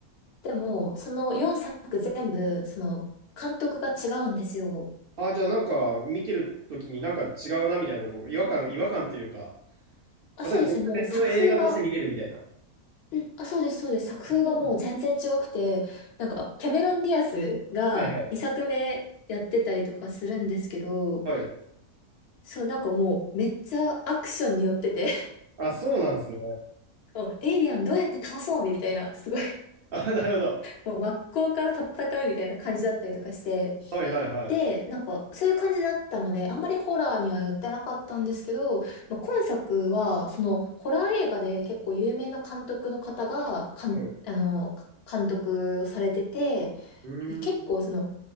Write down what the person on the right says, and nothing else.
ああ、じゃあなんか見てる時になんか違うなみたいなとこ、
違和感、違和感というか、
また別々の映画として見れるみたいな。
あそうなんです
かはいはい。はい。
あ、そうなんですね。
あ、なるほど。
はいはいはい。
はい。
うーん。